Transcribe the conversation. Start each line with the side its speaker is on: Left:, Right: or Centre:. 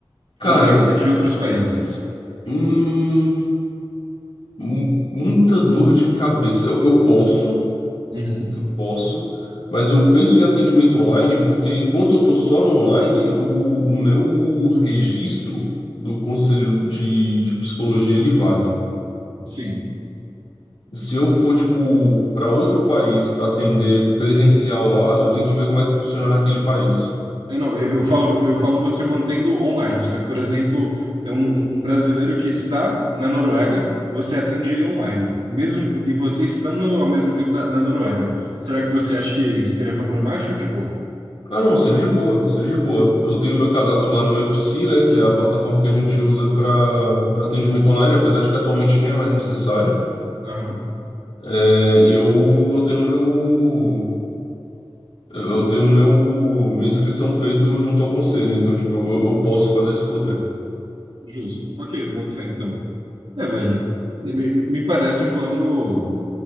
Left: Cara,
Right: Ou teria que ser de outros países?
Left: hum, mu- muita dor de cabeça. Eu, eu posso.
Right: Uhum.
Left: Posso, mas eu penso em atendimento online porque enquanto eu estou só no online, eu, o meu registro do conselho de, de psicologia ele vale.
Right: Sim.
Left: Se eu for, tipo, para outro país para atender presencial lá, eu tenho que ver como é que funciona naquele país.
Right: Eu não, eu, eu falo, eu falo você mantendo online. Só que, por exemplo, é um, um um brasileiro que está na Noruega, você atende ele online. Mesmo, e você estando ao mesmo tempo na, na Noruega. Será que você acha que seria problemático ou de boa?
Left: Ah, não, seria de boa, seria de boa. Eu tenho meu cadastro lá no EPSI, né, que é a plataforma que a gente usa para para atendimento online, apesar de que atualmente nem é mais necessário.
Right: Aham,
Left: É, e eu, eu tenho meu Eu tenho meu, minha inscrição feita junto ao conselho, então, tipo, eu, eu posso fazer esse rolê.
Right: justo. Ok, boto fé então. É, velho, me, me me parece um plano